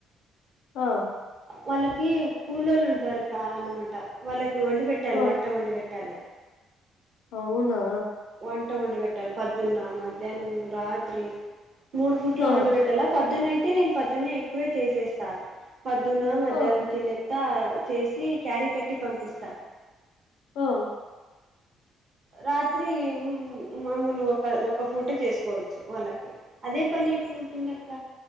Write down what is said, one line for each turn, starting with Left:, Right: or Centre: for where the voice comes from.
Left: ఆ
Right: వాళ్ళకి కోలోళ్ళుఉంటారు క అనమాట వాళ్ళకి వండి పెట్టాలి
Left: ఆ
Right: వంట వండి పెట్టాలి ట్టాలి
Left: అవునా
Right: వంట వండి పెట్టాలి పొద్దున్న మధ్యాహ్నము రాత్రి మూడు ఫుట్ల
Left: ఆ
Right: వండు పెట్ట తెల్లారి పొద్దున్నే అయితే నేను పొద్దున్న ఎక్కువే చేసేస్తా పొదున్న మధ్యాహ్నం
Left: ఆ
Right: తిన్న త్త చేసి క్యారీ కట్టి పంపిస్తా
Left: హా
Right: రాత్రి మాములు ఒక ఒక పూట చేసుకోవచ్చు వాళ్ళకి అదే పని ఎక్కువ ఉంటుంది అక్క